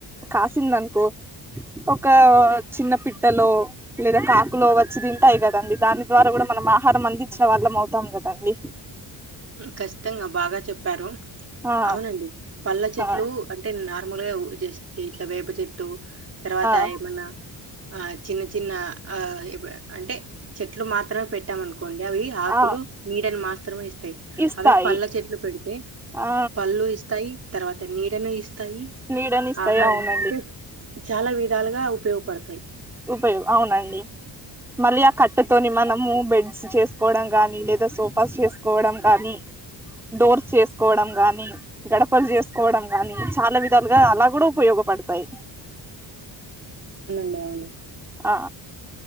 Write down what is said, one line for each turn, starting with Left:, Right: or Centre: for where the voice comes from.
Centre: కాసింది. అనుకో ఒక చిన్న పిట్టలో లేదా కాకులో వచ్చి తింటాయి. కదండి దాని ద్వారా కూడా మనం ఆహారం, అందించిన వాళ్ళం అవుతాం. కదండి.
Right: ఖచ్చితంగా బాగా చెప్పారు.
Centre: ఆ
Right: అవునండి పల్ల చెట్లు
Centre: ఆ
Right: అంటే నా మామూలుగా ఉ జస్ట్ట్ ఇట్లా వేప చెట్టు అటు తర్వాత
Centre: ఆ
Right: ఏమన్నా ఆ చిన్న చిన్న ఆ ఇ అంటే చెట్లు మాత్రమే పెట్టామనుకో కోండి అవి ఆకులు
Centre: ఆ
Right: నీడని మాస్ మాత్రమే ఇస్తయి
Centre: ఇస్తాయి
Right: అవే పళ్ళ చెట్లు పెడితే
Centre: ఆ
Right: పళ్ళు ఇస్తాయి తర్వాత నీడను ఇస్ తయి
Centre: నీడనిస్తాయి
Right: ఆహారం
Centre: అవునండి
Right: అంటే చాలా విధాలుగా ఉపయోగపడుతయి
Centre: ఉపయోగ అవునండి మళ్ళీ ఆ కట్ అట్తోని మనము బెడ్స్ చేసుకోవడం గాని లేదా సోఫాస్ చేసుకోవడం గాని డోర్స్ చేసుకోవడం కోవడం గాని గడపలు చేసుకోవడం గాని చాలా విధాలుగా అలా కూడా ఉపయోగపడతాయి
Right: లో అవును
Centre: ఆ